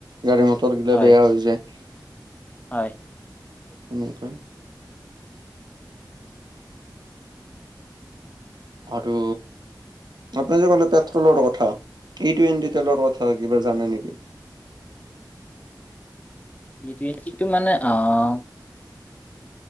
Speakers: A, on the right; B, on the left.
A: গাড়ী মটৰ গিলা
B: হয়
A: বেয়া হৈ যায়। <inaudible>
B: হয়।
A: এনোকা আৰু আপোনি যে কলে পেট্ৰলৰ কথা ই টোৱেটি তেলৰ কথা। হয়, কিবা জানে নেকি?
B: ই টুৱেন্টি মানে অহ,